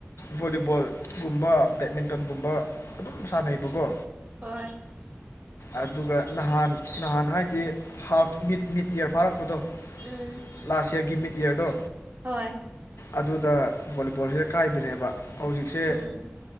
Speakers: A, on the left (about 75°); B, on the right (about 40°).
A: ꯚꯣꯂꯤꯕꯣꯜꯒꯨꯝꯕ ꯕꯦꯠꯃꯤꯟꯇꯟꯒꯨꯝꯕ ꯑꯗꯨꯝ ꯁꯥꯟꯅꯩꯕꯀꯣ
B: ꯍꯣꯏ
A: ꯑꯗꯨꯒ ꯅꯍꯥꯟ ꯅꯍꯥꯟ ꯍꯥꯏꯗꯤ ꯍꯥꯐ ꯃꯤꯠ ꯃꯤꯠ ꯏꯌꯥꯔ ꯐꯥꯔꯛꯄꯗꯣ
B: ꯎꯝ
A: ꯂꯥꯁ ꯌꯔꯒꯤ ꯃꯤꯠ ꯏꯌꯥꯔꯗꯣ
B: ꯍꯣꯏ
A: ꯑꯗꯨꯗ ꯕꯣꯂꯤꯕꯣꯜꯁꯤꯗ ꯀꯥꯏꯕꯅꯦꯕ ꯍꯧꯖꯤꯛꯁꯦ
B: ꯎꯝ